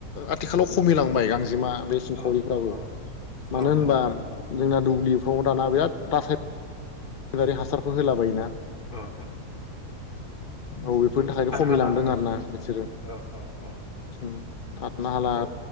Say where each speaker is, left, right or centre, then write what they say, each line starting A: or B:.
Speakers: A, on the left (about 55°); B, on the left (about 30°).
A: <unintelligible> थिखालाव खमिलांबाय गांजेमा बे सिंखावरिफ्राबो
B: औ नोंथां
A: मानो
B: औ नोंथां
A: होनबा जोंना दुब्लिफ्राव दाना बिराद रासाय नारि हासारफोर होला बायो ना
B: औ नोंथां औ
A: औ बेफोरनि थाखायनो
B: थानो
A: खमिलांदों
B: हाला माने
A: आरोना बिसोरो
B: औ औ औ
A: उम आरो नाला
B: औ